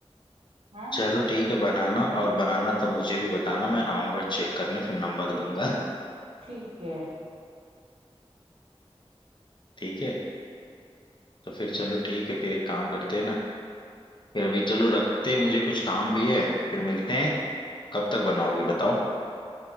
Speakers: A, on the right; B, on the left.
A: हाँ
B: चलो ठीक है बनाना और बनाना तो मुझे भी बताना मैं आऊंगा चेक करने फिर नंबर दूंगा
A: ठीक है
B: ठीक है तो फिर चलो ठीक है फिर एक काम करते हैं ना फिर अभी चलो रखते हैं मुझे कुछ काम भी है फिर मिलते हैं कब तक बनाओगी बताओ